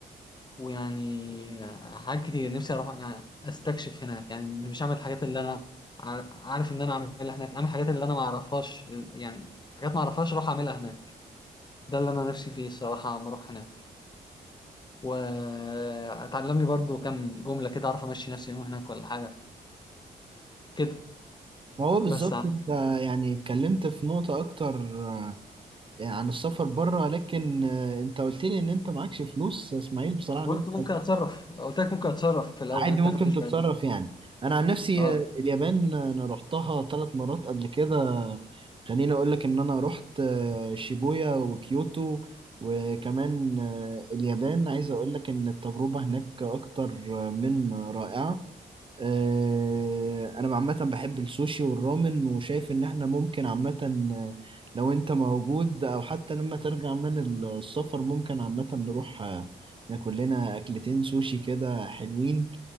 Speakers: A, on the left; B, on the right.
A: ويعني حاجات كتير نفسي اروح يعني استكشف هناك يعني مش اعمل الحاجات اللي انا عار- عارف ان انا اعملها هناك اعمل الحاجات اللي انا ما اعرفهاش ال- يعني حاجات ما اعرفهاش اروح اعملها هناك ده اللي انا نفسي فيه الصراحه لما اروح هناك واتعلم لي برضو كام جمله كده اعرف امشي نفسي يوم هناك ولا حاجه كده
B: ما هو بالظبط
A: بس يعني
B: أنت يعني اتكلمت في نقطة أكتر آه، عن السفر بره لكن آه، أنت قلت لي إن أنت معكش فلوس يا إسماعيل بصراحة إن
A: قلت
B: أنت
A: ممكن اتصرف قلت لك ممكن اتصرف في الاول
B: عادي
A: انت
B: ممكن
A: خدتش
B: تتصرف
A: بالك
B: يعني انا عن نفسي
A: اه
B: آه، اليابان آه، انا رحتها ثلاث مرات قبل كده خليني اقول لك ان انا رحت آه، شيبويا وكيوتو وكمان آه، اليابان عايز اقول لك ان التجربة هناك اكتر آه، من رائعة آه، انا عامه بحب السوشي والرامن وشايف ان احنا ممكن عامه آه، لو انت موجود او حتى لما ترجع من السفر ممكن عامه نروح آه، ناكل لنا اكلتين سوشي كده حلوين